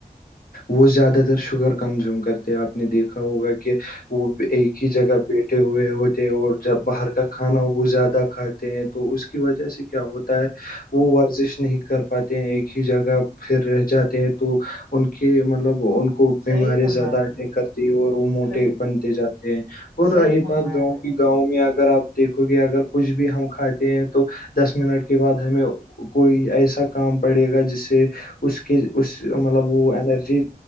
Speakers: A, on the left; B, on the right.
A: وہ زیادہ تر شوگر کنزیوم کرتے آپ نے دیکھا ہوگا کہ وہ ایک ہی جگہ بیٹھے ہوئے ہوتے اور جب باہر کا کھانا وہ زیادہ کھاتے ہیں تو اس کی وجہ سے کیا ہوتا ہے وہ ورزش نہیں کر پاتے ہیں ایک ہی جگہ پھر رہ جاتے ہیں تو ان کے مطلب ان کو بیمارییا
B: صحیح فرمایا
A: زیادہ
B: آپ
A: اٹیک
B: نے
A: کرتی ہے اور وہ موٹے
B: صحیح
A: بنتے جاتے ہیں اور
B: صحیح
A: رہی
B: فرمایا
A: بات گاؤں
B: بھائی
A: کی گاؤں میں اگر آپیکھو گے اگر کچھ بھی ہم کھات ہیں تو دس منٹ کے بعد ہمیں کوئی ایسا کام پڑے گا جس سے اس کے اس مطلب وہ انرجی